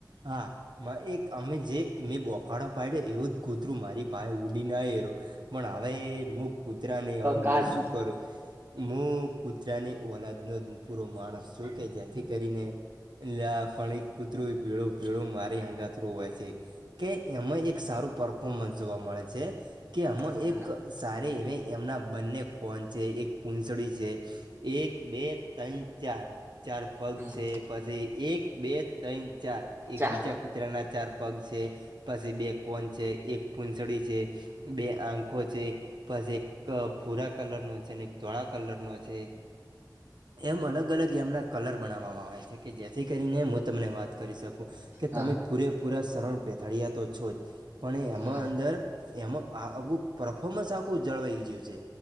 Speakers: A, on the right (about 80°); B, on the right (about 30°).
A: હા એક અમે જે મેં બોખળો પાડ્યો એવું જ કૂતરું પાયે ઊડી ના એરો પણ હવે મૂક કૂતરા નહીં હવે
B: કાઢું
A: હું શું કરું મુ કૂતરાની ઓલાદ નો પૂરો માણસ છું કે જેથી કરીને એટલે પણ એક કુતરરુ પેળો પેળો મારી હંગાત રોવે છે. કે એમાં એક સારું પરફોર્મન્સ જોવા મળે છે કે એમાં
B: હા
A: એક સારે એને એમનાં બંને કોન છે એક પૂંસડી છે. એક બે ત્રન ચાર ચાર પગ
B: હા
A: છે પછી એક બે ત્રણ ચાર એક
B: ચાર
A: બીજા કૂતરા ના ચાર પગ છે પછી બે કોન છે એક પૂંસડી છે બે આંખો છે પસ એક પૂરા કલર નો છે ને તળા કલર નો છે. એમ અલગ અલગ એમના કલર બનાવામાં આવે છે કે જેથી કરીને હું તમને વાત કરી શકું કે
B: હા
A: તમે પૂરેપૂરા શરણ પેથાડયા તો છો જ પણ એ એમ
B: હા
A: ડર એમાં આગુ પરફોર્મન્સ આખું જળવાઈ ગયું છે.